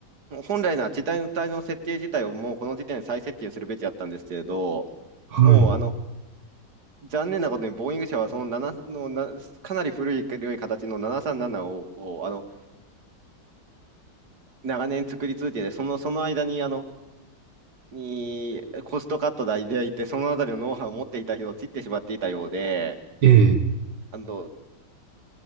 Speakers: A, on the right; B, on the right.
A: もう本来なら地帯の体の設定自体をもうこの時点で再設定するべきだったんですけれど、
B: はい、
A: もうあの、残念なことに、ボーイング社はその7のな、かなり古い、古い形の737を、をあの、長年作り続けて、その、その間に、あの、にコストカットでいて、そのあたりのノウハウを持っていた人を切ってしまっていたようで、
B: ええ、
A: あの、